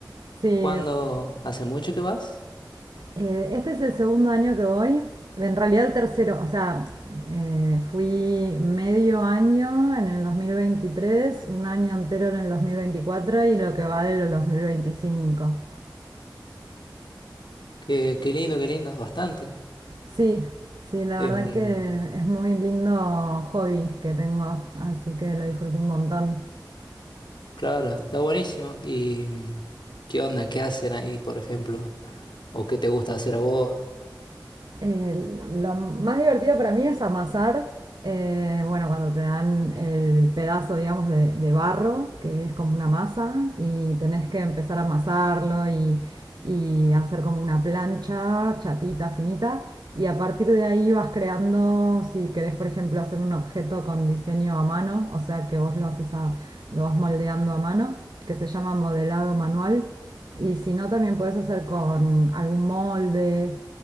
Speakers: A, on the right; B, on the left.
A: sí, es-
B: ¿Cuándo? ¿Hace mucho que vas?
A: eh, este es el segundo año que voy, en realidad el tercero, o sea, eh, fui medio año en el 2023, un año entero en el 2024 y lo que va del 2025.
B: Qué, qué lindo, qué lindo, bastante.
A: Sí, sí, la
B: Es
A: verdad
B: un...
A: que es muy lindo hobby que tengo, así que lo disfruto un montón.
B: Claro, está buenísimo. ¿Y mm, qué onda? ¿Qué hacen ahí, por ejemplo? ¿O qué te gusta hacer a vos?
A: El- lo más divertido para mí es amasar, eh, bueno, cuando te dan el pedazo, digamos, de, de barro, que es como una masa, y tenés que empezar a amasarlo y, y hacer como una plancha chatita, finita, y a partir de ahí vas creando, si querés, por ejemplo, hacer un objeto con diseño a mano, o sea que vos lo haces a- lo vas moldeando a mano, que se llama modelado manual, y si no, también puedes hacer con algún molde